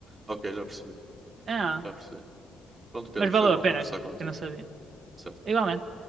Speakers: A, on the right; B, on the right.
A: Ok, já percebi,
B: Ah,
A: já percebi. Pronto, Pedro,
B: mas
A: foi
B: valeu
A: bom
B: a
A: conversar
B: pena,
A: contigo.
B: que eu não sabia.
A: Certo?
B: Igualmente.